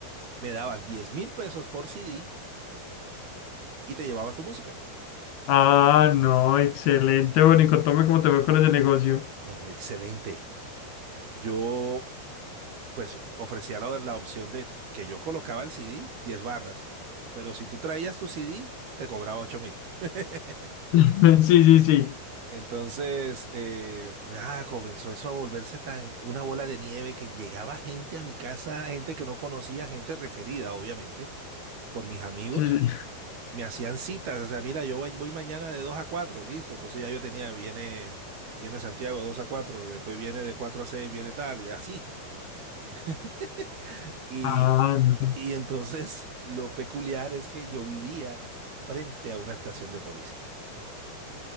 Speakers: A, on the right; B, on the left.
A: me dabas diez mil pesos por CD y te llevabas tu música.
B: Ah, no, excelente. Bueno, y contame cómo te fue con ese negocio.
A: Me fue excelente. Yo, pues, ofrecía la, la opción de que yo colocaba el CD 10 barras, pero si tú traías tu CD, te cobraba ocho mil. <laughs>
B: <laughs> Sí, sí, sí.
A: Entonces, eh, nada, comenzó eso a volverse tan una bola de nieve que llegaba gente a mi casa, gente que no conocía, gente referida, obviamente, por mis amigos.
B: Sí, sí.
A: Me hacían citas, o sea, mira, yo voy, voy mañana de 2 a 4 listo. Entonces ya yo tenía, viene, viene Santiago de 2 a cuatro después viene de 4 a seis viene tal, y así. <laughs> Y,
B: Ah, no.
A: y entonces lo peculiar es que yo vivía frente a una estación de policía.